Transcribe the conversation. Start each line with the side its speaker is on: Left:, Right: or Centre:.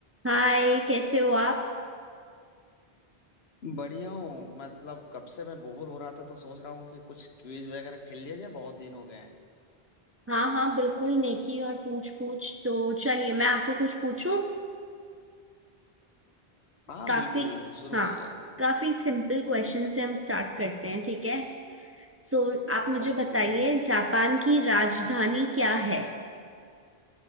Right: हाय कैसे हो आप
Left: बढ़िया हूँ मतलब कब से मैं बोर हो रहा था तो सोच रहा हूँ कि कुछ क्विज वगैरह खेल लिया जाए बहुत दिन हो गए हैं
Right: हाँ हाँ बिल्कुल नेकी और पूछ पूछ तो चलिए मैं आपको कुछ पूछूं
Left: हाँ
Right: काफी
Left: बिल्कुल बिल्कुल शुरू
Right: हाँ
Left: करिए आप
Right: काफी सिंपल क्वेश्चन से हम स्टार्ट करते हैं ठीक है सो आप मुझे
Left: ओके
Right: बताइए जापान की राजधानी क्या है